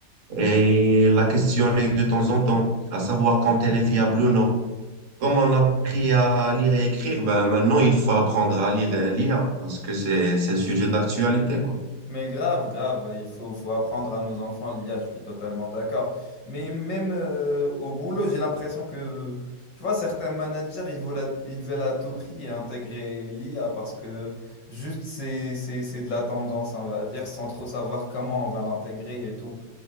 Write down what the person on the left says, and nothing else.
Mais grave, grave, il faut, faut apprendre à nos enfants l'IA, je suis totalement d'accord. Mais même euh, au boulot, j'ai l'impression que, tu vois, certains managers, ils veulent ils veulent à tout prix intégrer l'IA parce que juste c'est, c'est, c'est de la tendance, on va dire, sans trop savoir comment on va l'intégrer et tout.